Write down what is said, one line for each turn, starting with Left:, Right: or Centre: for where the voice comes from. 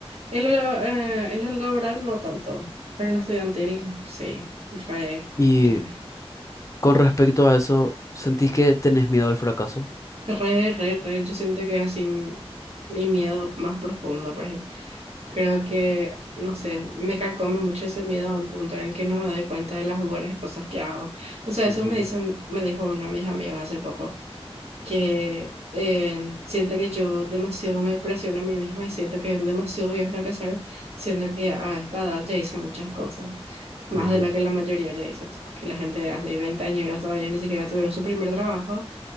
Right: En lo, la- eh, en lo laboral no tanto, pero en lo estudiantil sí, re,
Left: Y
Right: re,
Left: con respecto a eso, ¿sentís que tenés miedo al fracaso?
Right: re, re, re. Yo siento que es así m- mi miedo más profundo por ahí. Creo que, no sé, me carcome mucho ese miedo a un punto en el que no me doy cuenta de las buenas cosas que hago. O sea,
Left: ujú,
Right: eso me dicen, me dijo uno de mis amigos hace poco que eh, siento que yo demasiado me presiono a mí misma y siento que demasiado voy a fracasar, siendo que a esta edad ya hice muchas cosas, más
Left: Ajá.
Right: de lo que la mayoría ya hizo, tipo, que la gente hace 20 años todavía ni siquiera tuvieron su primer trabajo